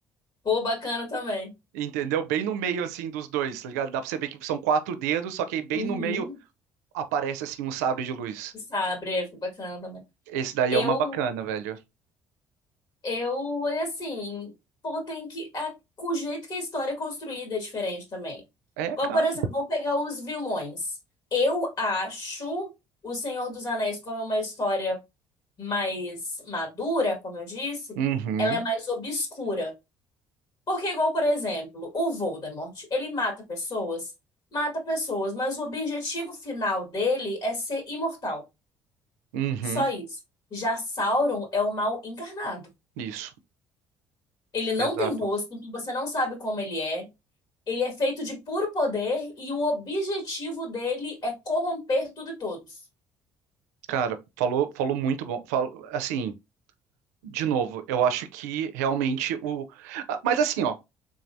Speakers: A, on the left (about 50°); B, on the right (about 85°).
A: Pô, bacana também.
B: Entendeu? Bem no meio assim dos dois, tá ligado? Dá pra você ver que são quatro dedos, só que aí bem
A: Uhum.
B: no meio aparece assim um sabre de luz.
A: Sabre, é, foi bacana também.
B: Esse daí
A: Eu,
B: é uma bacana, velho.
A: eu, é assim, pô, tem que. A, o jeito que a história é construída é diferente também.
B: É,
A: Ou,
B: cara.
A: por exemplo, vamos pegar os vilões. Eu acho O Senhor dos Anéis como uma história mais madura, como eu disse,
B: Uhum,
A: ela é mais obscura. Porque, igual, por exemplo, o Voldemort, ele mata pessoas, mata pessoas, mas o objetivo final dele é ser imortal.
B: uhum.
A: Só isso. Já Sauron é o mal encarnado.
B: Isso,
A: Ele não
B: exato.
A: tem rosto, então você não sabe como ele é. Ele é feito de puro poder e o objetivo dele é corromper tudo e todos.
B: Cara, falou, falou muito bom. Falou, assim, de novo, eu acho que realmente o. Ah, Mas assim, ó,